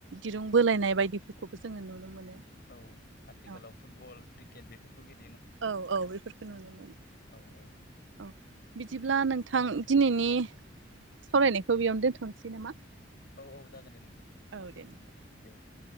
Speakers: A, on the right (about 70°); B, on the left (about 55°).
A: जों बोलायनाय बायदिफोरखौबो जोङो नुनो मोनो
B: औ आथिखालाव
A: औ
B: फुटबल क्रिकेट बेफोरखौ गेल
A: औ औ बेफोरखौ नुनो मोनो
B: औ औ
A: औ बिदिब्ला नोंथां दिनैनि सावरायनायखौ बेयावनो दोनथ'नोसै नामा
B: औ औ जागोन दे नोंथां
A: औ दे नोंथां।
B: दे दे